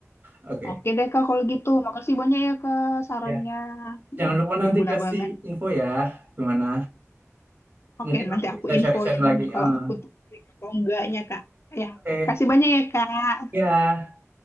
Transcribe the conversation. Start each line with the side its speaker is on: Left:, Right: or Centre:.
Right: oke.
Left: Oke deh Kak kalau gitu, makasih banyak ya Kak sarannya,
Right: Ya,
Left: Hmm,
Right: jangan lupa
Left: berguna
Right: nanti kasih
Left: banget.
Right: info ya, gimana?
Left: Oke
Right: Mungkin nanti
Left: nanti aku
Right: bisa
Left: infoin
Right: sharing-sharing lagi.
Left: kalau
Right: Eh,
Left: aku tertarik atau enggaknya Kak. Ya,
Right: oke,
Left: kasih banyak ya Kak.
Right: ya.